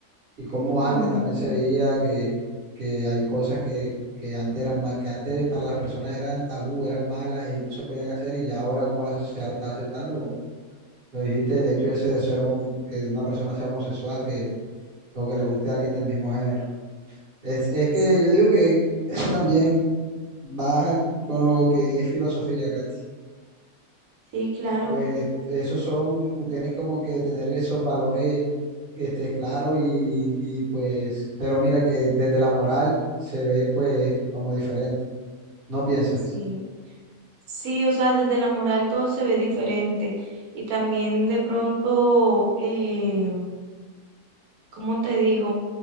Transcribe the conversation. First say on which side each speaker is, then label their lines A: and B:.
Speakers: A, on the right; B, on the right.
A: y como antes
B: Ujú.
A: también se veía que, que hay cosas que, que antes eran mal, que antes para las personas eran tabú, eran malas y no se podían hacer y ya ahora como la sociedad lo está aceptando, como lo dijiste, el hecho ese de ser homo- que una persona sea homosexual, que o que le guste a alguien del mismo género. Es, es que
B: Sí,
A: yo digo que eso también va con lo que es filosofía, Katy.
B: sí, claro,
A: Pues Claro. esos son, tú tienes como que tener esos valores este, claros y, y pues, pero mira que desde la moral se ve pues como diferente, ¿no piensas?
B: sí. Sí, o sea, desde la moral todo se ve diferente y también de pronto, eh, ¿cómo te digo?